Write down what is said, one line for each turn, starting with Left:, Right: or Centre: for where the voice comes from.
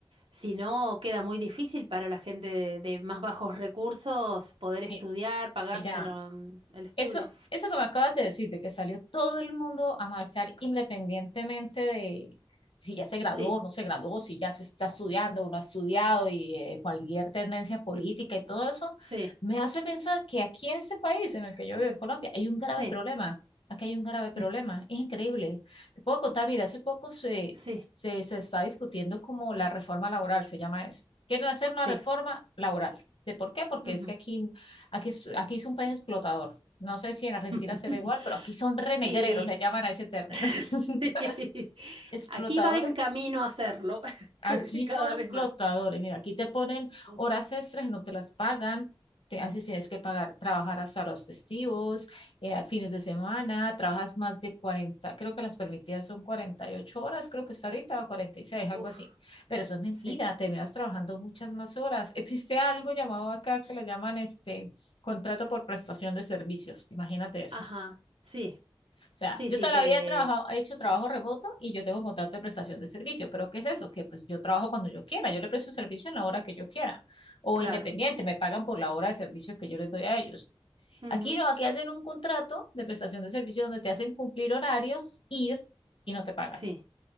Right: si no queda muy difícil para la gente de, de más bajos recursos poder estudiar,
Left: Mi-
Right: pagárselo
Left: Mira,
Right: mm, el estudio.
Left: Eso, eso que me acabas de decir, de que salió todo el mundo a marchar independientemente de si ya se graduó
Right: Sí,
Left: o no se graduó, si ya se está estudiando o no ha estudiado y eh, cualquier tendencia política y todo eso,
Right: sí,
Left: me hace pensar que aquí en este país en el que yo vivo, en Colombia, hay un grave
Right: sí,
Left: problema. Aquí hay un grave problema.
Right: <laughs>
Left: Es increíble. Te puedo contar, mira, hace poco se,
Right: sí,
Left: se, se está discutiendo como la reforma laboral, se llama eso. Quieren hacer una
Right: sí.
Left: reforma laboral. ¿De por qué? Porque
Right: ujú.
Left: es que aquí, aquí, es- aquí es un país explotador. No sé si en Argentina
Right: <laughs>
Left: será igual, pero aquí son renegreros,
Right: Y,
Left: le llaman a ese término.
Right: <laughs>
Left: <laughs>
Right: Sí,
Left: Explotadores.
Right: aquí va en camino a hacerlo
Left: Aquí
Right: <laughs> cada
Left: son explotadores.
Right: vez más.
Left: Mira, aquí te ponen
Right: Uf,
Left: horas extras y no te las pagan. Te, así tienes que pagar, trabajar hasta los festivos, eh, fines de semana, trabajas más de 40. creo que las permitidas son 48 horas, creo que está ahorita, o 46, algo
Right: uf,
Left: así. Pero eso es mentira,
Right: sí,
Left: terminas trabajando muchas más horas. Existe algo llamado acá que le llaman este contrato por prestación de servicios. Imagínate eso.
Right: ajá, sí,
Left: O sea,
Right: sí,
Left: yo
Right: sí
Left: toda
Right: que,
Left: la vida he trabajado, he hecho trabajo remoto y yo tengo un contrato de prestación de servicio, pero ¿qué es eso? Que pues yo trabajo cuando yo quiera, yo le presto servicio en la hora que yo quiera, o
Right: claro,
Left: independiente, me pagan por la hora de servicio que yo les doy a ellos.
Right: ujú,
Left: Aquí no, aquí hacen un contrato de prestación de servicio donde te hacen cumplir horarios, ir y no te pagan.
Right: Sí,